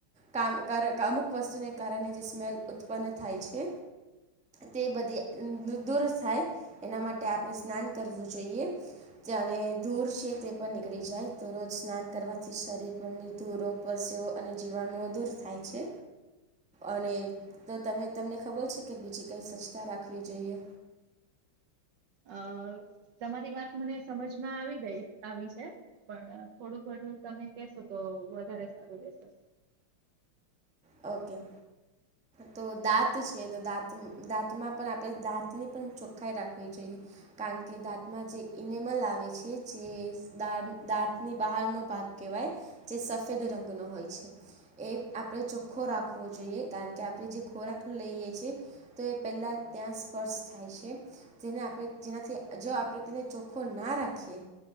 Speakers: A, in the centre; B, on the right (about 65°).
A: કામ કામુક વસ્તુને કારણે જે સ્મેલ ઉત્પન્ન થાય છે, તે બધી દૂર થાય એના માટે આપણે સ્નાન કરવું જોઈએ, જે અને ધૂર છે તે પણ નીકળી જાય તો રોજ સ્નાન કરવાથી શરીર આપણની ધૂરો પરસેવો અને જીવાણુઓ દૂર થાય છે. અને તો તમે તમને ખબર છે, કે બીજી કંઈ સ્વચ્છતા રાખવી જોઈએ.
B: અ તમારી વાત મને સમજમાં આવી ગઈ આવી છે, પણ થોડું ઘધું તમે કેશો તો વધારે સારું રશે.
A: ઓકે તો દાંત છે, તો દાંત દાંતમાં પણ આપણે દાંતની પણ ચોખ્ખાઈ રાખવી જોઈએ, કારણ કે દાંતમાં જે ઈનેમલ આવે છે જેા દાંતની બહારનો ભાગ કહેવાય જે સફેદ રંગનો હોય છે, એ આપણે ચોખ્ખો રાખવો જોઈએ કારણ કે આપણે જે ખોરાક લઈએ છીએ, તો એ પહેલાં ત્યાં સ્પર્શ થાય છે, જેને આપણે જેનાથી જો આપણે તેને ચોખ્ખો ના રાખીએ